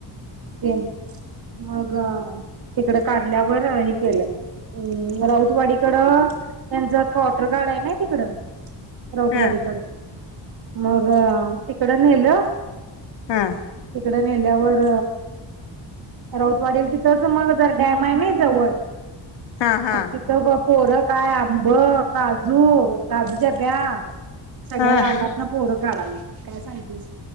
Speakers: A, on the right; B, on the left.
A: ते मग तिकडे काढल्यावर केलं राऊतवाडीकडं त्यांचं कॉर्टर गार्ड आहे ना तिकड राऊतवाडीकड
B: ह
A: मग तिकड नेल
B: ह
A: तिकड नेल्यावर राऊतवाडीला तिथंच मग तर डॅम आहे ना जवळ
B: हा हा
A: मग तिथ बघ पोर काय आंब काजू काजूच्या ब्या सगळ्या
B: ह
A: रानात ना पोरं काढावी काय सांगतेस